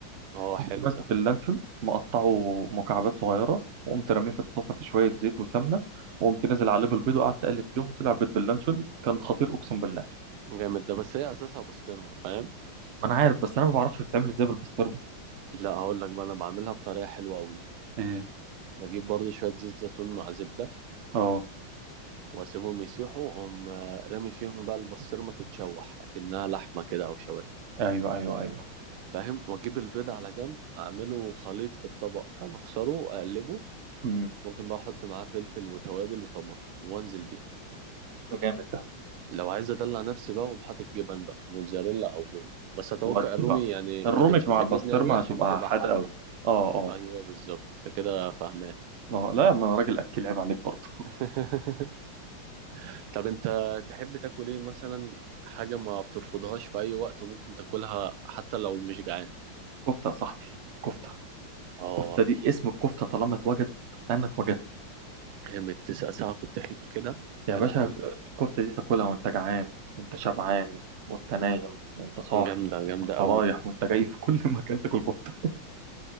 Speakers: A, on the right; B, on the right.
A: اه
B: قمت
A: حلو
B: ماسك
A: ده
B: اللانشون مقطعه مكعبات صغيره وقمت رميه في الطاسه في شويه زيت وسمنه وقمت نازل عليه بالبيض وقعدت اقلب فيهم طلع بيض باللانشون كان خطير اقسم بالله
A: جامد ده بس هي اساسها بسطرمه فاهم
B: ما انا عارف بس انا ما بعرفش بتتعمل ازاي بالبسطرمه
A: لا هقول لك بقى انا بعملها بطريقه حلوه قوي
B: ايه
A: بجيب برضه شويه زيت زيتون مع زبده
B: اه
A: واسيبهم يسيحوا اقوم آه، رامي فيهم بقى البسطرمه تتشوح اكنها لحمه كده او شاورما
B: ايوه ايوه ايوه
A: فاهم واجيب البيض على جنب اعمله خليط في الطبق فاهم اكسره اقلبه
B: امم
A: ممكن بقى احط معاه فلفل وتوابل وطماطم وانزل بيهم
B: جامد ده
A: لو عايز ادلع نفسي بقى اقوم حاطط جبن بقى موتزاريلا او رومي بس اتوقع
B: ودي
A: الرومي
B: بقى
A: يعني
B: الروميك
A: ما كانتش
B: مع
A: بتعجبني
B: البسطرمه
A: قوي عشان
B: هتبقى
A: بتبقى
B: حادقه
A: حادقه
B: قوي اه اه
A: ايوه بالظبط انت كده فاهمان
B: اه لا ما انا راجل اكل عيب عليك برضه
A: <laughs> طب انت تحب تاكل ايه مثلا حاجه ما بترفضهاش في اي وقت وممكن تاكلها حتى لو مش جعان
B: كفته يا صاحبي كفته
A: اه
B: كفته دي اسم الكفته طالما اتوجد انا اتوجدت
A: جامد تسقسها في الطحين كده
B: يا
A: يا
B: باشا
A: لهوي
B: الكفته دي تاكلها وانت جعان وانت شبعان وانت نايم وانت صاحي
A: جامده جامده
B: وانت
A: قوي
B: رايح وانت جاي في كل <laughs> مكان تاكل كفته